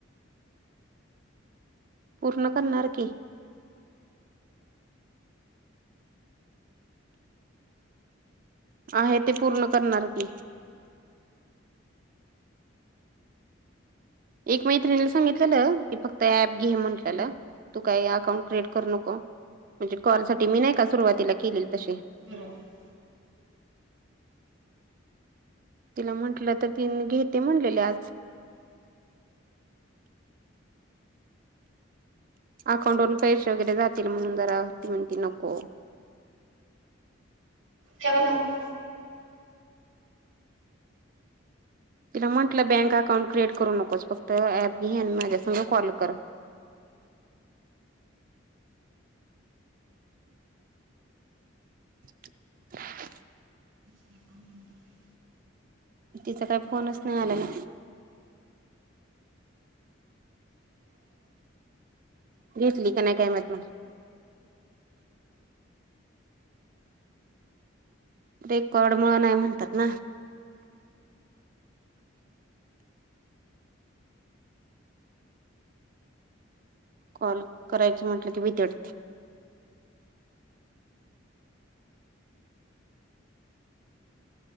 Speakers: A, on the right; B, on the right.
A: पूर्ण करणार की. आहे ते पूर्ण करणार की. एक मैत्रिला सांगितलेलं की, फक्त ऍप घे म्हंटल्याला तू काही अकाउंट क्रिएट करू नको, म्हणजे कॉल साठी मी नाही का सुरुवातीला केलेल तसे
B: बरोबर.
A: तिला म्हंटलं तर, ति घेते म्हणलेली आज अकाउंट वरून पैसे वगैरे जातील, म्हणून जरा ती म्हणती नको.
B: कवण. <unintelligible>
A: तिला म्हटलं बँक अकाउंट क्रिएट करू नकोस, फक्त ऍप घे आणि माझ्या संग कॉल कर. <inaudible>
B: <inaudible>
A: तिचा काही फोनच नाही आल्याला घेतली का नाही काय माहीत मग रेकॉर्ड मुळ नाही म्हणतात ना. कॉल करायचं म्हटलं की भीती वाटते.